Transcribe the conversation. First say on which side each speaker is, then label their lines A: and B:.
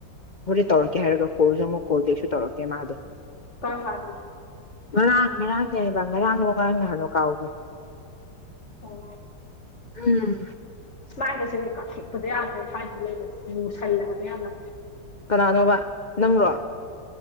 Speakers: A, on the left; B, on the left.
A: ꯍꯣꯔꯦꯟ ꯇꯧꯔꯛꯀꯦ ꯍꯥꯏꯔꯒ ꯀꯣꯜꯁꯨ ꯑꯃꯨꯛ ꯀꯣꯜꯦꯛꯁꯨ ꯇꯧꯔꯛꯀꯦ ꯃꯥꯗꯣ
B: ꯀꯥꯔꯝ ꯀꯥꯟ
A: ꯉꯔꯥꯡ ꯉꯔꯥꯡꯅꯦꯕ ꯉꯔꯥꯡꯗ ꯉꯥꯡ ꯅꯍꯂꯣ ꯀꯥꯎꯈ꯭ꯔꯦ
B: ꯑꯣ
A: ꯎꯝ
B: ꯃꯥꯏꯒꯁꯦ ꯊꯦꯛꯄꯗ ꯌꯥꯗ꯭ꯔꯦ ꯁꯨꯃꯥꯏꯅꯁꯦ ꯂꯩꯕꯁꯦ ꯂꯨꯁꯜꯂꯦ ꯍꯥꯏꯕ ꯌꯥꯝꯅ
A: ꯀꯅꯥꯅꯣꯕ ꯅꯪꯕ꯭ꯔꯣ